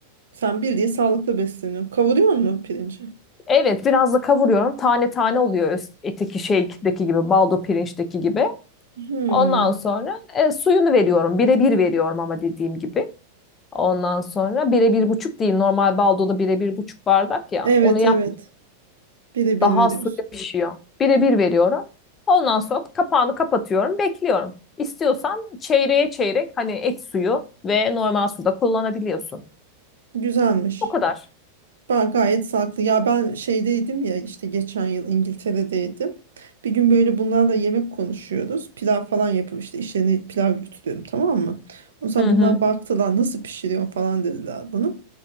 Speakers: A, on the right; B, on the left.
A: Sen bildiğin sağlıklı besleniyorsun. Kavuruyor mu pirinci?
B: Evet, biraz da kavuruyorum. Tane tane oluyor öz- eteki şeydeki gibi, baldo pirinçteki gibi.
A: Hı.
B: Ondan sonra e, suyunu veriyorum. Bire bir veriyorum ama dediğim gibi. Ondan sonra bire bir buçuk değil. Normal baldoda bire bir buçuk bardak ya.
A: Evet
B: Onu yap.
A: evet. Biri bir
B: Daha
A: veriyorsun.
B: az suyla pişiyor. Bire bir veriyorum. Ondan sonra kapağını kapatıyorum. Bekliyorum. İstiyorsan çeyreğe çeyrek hani et suyu ve normal suda kullanabiliyorsun.
A: Güzelmiş.
B: O kadar.
A: Ben gayet sağlıklı. Ya ben şeydeydim ya işte geçen yıl İngiltere'deydim. Bir gün böyle bunlarla yemek konuşuyoruz. Pilav falan yapıp işte işlerine pilav götürüyorum tamam mı? Ondan sonra
B: Hı hı.
A: bunlar baktılar nasıl pişiriyorsun falan dediler bunu.